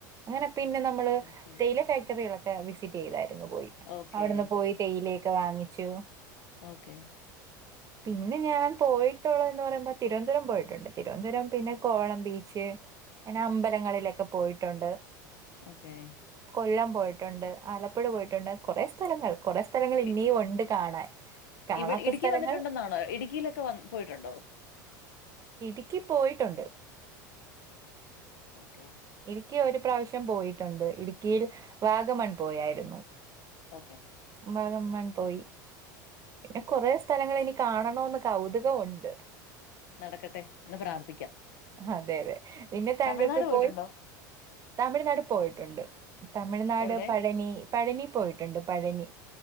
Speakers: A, on the right; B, on the left.
A: അങ്ങനെ പിന്നെ നമ്മള്
B: ഓക്കെ
A: തേയില ഫെക് പച്ചക്കറികളൊക്കെ വിസിറ്റെയ്തായിരുന്നു പോയി.
B: ഓക്കെ
A: അവടെന്ന് പോയി തേയിലയൊക്കെ വാങ്ങിച്ചു
B: ഓക്കേ
A: പിന്നെ ഞാൻ പോയിട്ടുള്ളത് ന്ന് പറയുമ്പോ തിരുവനന്തുരം പോയിട്ടുണ്ട് തിരുവനന്തപുരം പിന്നെ കോളം ബീച്ച് പിന്നെ അമ്പലങ്ങളിലൊക്കെ പോയിട്ടുണ്ട്.
B: ഓക്കെ.
A: കൊല്ലം പോയിട്ടുണ്ട് ആലപ്പുഴ പോയിട്ടുണ്ട് കൊറെ സ്ഥലങ്ങൾ കൊറെ സ്ഥലങ്ങൾ
B: ഇ
A: ഇനിയും ഉണ്ട് കാണാൻ കാണാത്ത
B: ഇവി ഇടുക്കി
A: സ്ഥലങ്ങൾ
B: വന്നിട്ടുണ്ടെന്നാണോ ഇടുക്കിയിലൊക്കെ വന്ന് പോയിട്ടുണ്ടോ
A: ഇടുക്കി പോയിട്ടുണ്ട്.
B: ഓക്കെ.
A: ഇടുക്കി ഒരു പ്രാവശ്യം പോയിട്ടുണ്ട് ഇടുക്കിയിൽ വാഗമൺ പോയായിരുന്നു
B: ഓക്കേ
A: വാഗമൺ പോയി പിന്നെ കൊറേ സ്ഥലങ്ങൾ ഇനി കാണണവെന്ന് കൗതുകവൊണ്ട്
B: നടക്കട്ടെ എന്ന് പ്രാർത്ഥിക്കാം
A: അതെ അതെ പിന്നെ താങ്കൾക്ക്
B: തമിഴ്നാട് പോയിട്ടുണ്ടോ
A: പോയി തമിഴ്നാട് പോയിട്ടുണ്ട് തമിഴ്നാട്
B: എവിടെ
A: പഴനി പഴനി പോയിട്ടുണ്ട് പഴനി